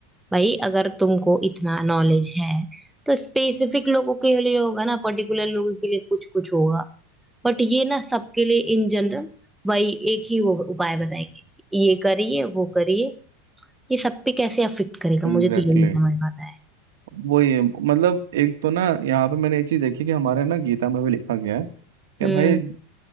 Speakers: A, in the centre; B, on the right.
A: भाई अगर तुमको इतना नॉलेज है तो स्पेसिफिक लोगों के लिए होगा ना पर्टिकुलर लोगों के लिए कुछ कुछ होगा बट ये ना सबके लिए इन जनरल वही एक ही वो उपाय बताएंगे कि ये करिए वो करिए ये सब पे कैसे अफेक्ट करेगा मुझे
B: एग्जैक्टली
A: तो ये नहीं समझ पाता है
B: वही है, मतलब एक तो ना यहाँ पे मैंने एक चीज देखी कि हमारे ना गीता में भी लिखा गया है कि
A: हम्म
B: भाई